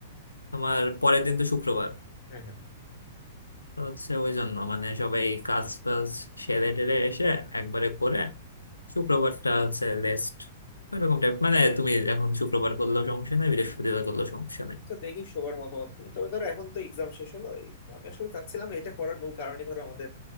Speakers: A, on the left; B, on the left.
A: তোমার পরের দিন তো শুক্রবার
B: হ্যাঁ হ্যাঁ
A: তো হচ্ছে ওই জন্য মানে সবাই কাজ টাজ সেরে টেরে এসে একবারে করে শুক্রবারটা হচ্ছে রেস্ট এরকম টাইপ মানে তুমি এখন শুক্রবার করলেও সমস্যা নেই বৃহস্পতিবার করলেও সমস্যা নেই
B: তো দেখি সবার মতামত নিই তবে ধরো এখন তো এক্সাম শেষ হলো এই আমি আসলে চাচ্ছিলাম এটা করার মূল কারণই ধরো আমাদের